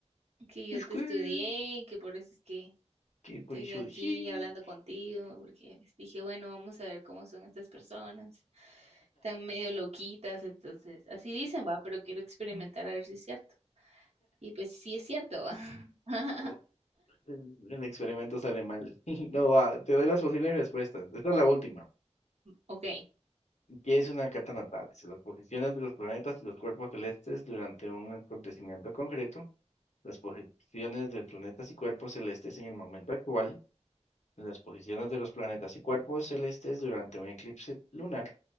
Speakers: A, on the right; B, on the left.
A: que
B: los
A: yo te
B: que,
A: estudié, que por eso es que
B: que por
A: estoy
B: eso
A: aquí
B: sí.
A: hablando contigo, porque dije, bueno, vamos a ver cómo son estas personas. Están medio loquitas, entonces, así dicen, va, pero quiero experimentar
B: <laughs>
A: a ver si es cierto. Y pues sí es cierto, va. <laughs>
B: No, El el experimento sale mal. <laughs> No va, te doy las posibles respuestas. Esta es la última.
A: Ok,
B: ¿Qué es una carta natal? Es Las posiciones de los planetas y los cuerpos celestes durante un acontecimiento concreto, las posiciones de planetas y cuerpos celestes en el momento actual, las posiciones de los planetas y cuerpos celestes durante un eclipse lunar,